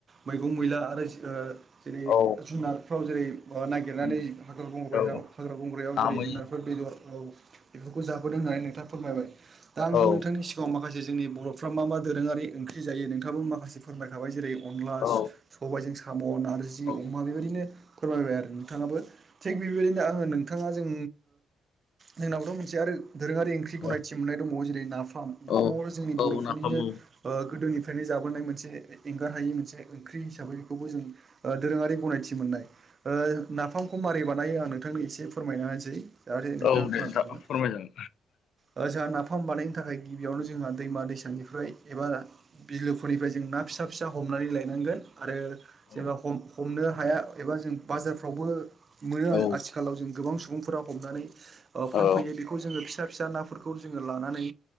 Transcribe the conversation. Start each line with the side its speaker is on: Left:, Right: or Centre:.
Right: मैगं मैला आरो जेरै,
Left: औ
Right: जुनारफ्राव जेरै नागिरनानै
Left: उम
Right: हाग्रा बंग्रायाव
Left: औ
Right: हाग्रा बंग्रायाव
Left: नामै
Right: जेरै जुनारफोर बेदर औ बेफोरखौ जाबोदों होननानै नोंथाङा फोरमायबाय दा आंबो
Left: औ
Right: नोंथांनि सिगाङाव मा माखासे जोंनि बर'फ्रा मा मा दोरोङारि ओंख्रि जायो नोंथाङाबो माखासे फोरमायखाबाय जेरै अनला सबायजों
Left: औ
Right: साम' नारजि
Left: औ
Right: अमा बेबायदिनो फोरमायबाय आरो नोंथाङाबो थिग बेबायदिनो आङो नोंथाङा जों जोंनावथ' मोनसे आरो दोरोङारि ओंख्रि गनायथि
Left: औ
Right: मोननाय दङो जेरै नाफाम नाफामाव
Left: औ
Right: जोंनि बर'फोरनिनो
Left: औ नाफाम औ
Right: गोदोनि फ्रायनो जाबोनाय मोनसे एंगार हायि मोनसे ओंख्रि हिसाबै बेखौबो जों दोरोङारि गनायथि मोन्नाय नाफामखौ मारै बानायो आं नोंथांनि एसे फोरमायना होनसै जाहाथे नोंथाङा
Left: औ
Right: खोनासंलाङो
Left: दे नोंथां फोरमायजागोन
Right: औ जोंहा नाफाम बानायनो थाखाय गिबियावनो जोंहा दैमा दैसानिफ्राय एबा बिलोफोरनिफ्राय जों ना फिसा फिसा हमनानै लायनांगोन आरो
Left: औ
Right: जेनेबा हमनो हाया एबा जों बाजारफ्रावबो मोनो
Left: औ
Right: आथिखालाव जों गोबां सुबुंफोरा हमनानै फानफैयो
Left: औ
Right: बेखौ जोङो फिसा फिसा नाफोरखौ जोङो लानानै